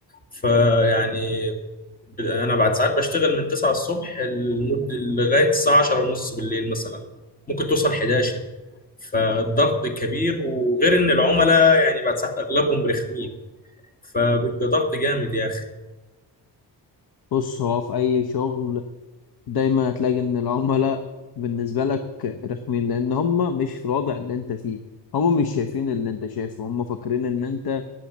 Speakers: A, on the left (about 20°); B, on the left (about 60°).
A: فيعني ب- انا بعد ساعات بشتغل من 9 الصبح لمده لغايه الساعه 10 ونص بالليل مثلا ممكن توصل 11 فالضغط كبير وغير ان العملاء يعني بعد ساعات اغلبهم رخمين فبيبقى ضغط جامد يا اخي
B: بص هو في اي شغل دايما هتلاقي ان العملاء بالنسبة لك رخمين لان هم مش في الوضع اللي انت فيه هم مش شايفين اللي انت شايفه هم فاكرين ان انت